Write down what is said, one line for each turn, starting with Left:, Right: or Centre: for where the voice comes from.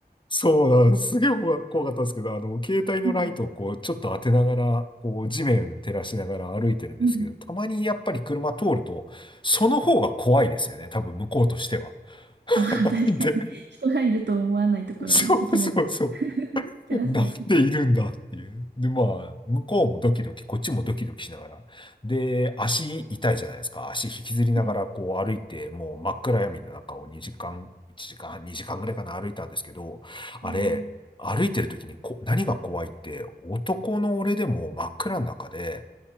Left: そうなんです。すげえ怖か怖かったんですけど、あの、携帯のライトをこう、
Right: うん。
Left: ちょっと当てながら、こう、地面照らしながら歩いてるんですけど、
Right: うん。
Left: たまにやっぱり車通ると、その方が怖いですよね。多分、向こうとしては。<laughs>
Right: ああ、確かに。
Left: で、
Right: 人がいると思わないところにいきなり
Left: そうそうそう。
Right: <laughs> 照らされて。
Left: <laughs> なんでいるんだっていう。で、まあ、向こうもドキドキ、こっちもドキドキしながら。で、足痛いじゃないですか。足引きずりながらこう歩いて、
Right: はい。
Left: もう真っ暗闇の中を2時間、1時間、2時間ぐらいかな歩いたんですけど、あれ、
Right: えー、
Left: 歩いてる時にこ、何が怖いって、男の俺でも真っ暗の中で、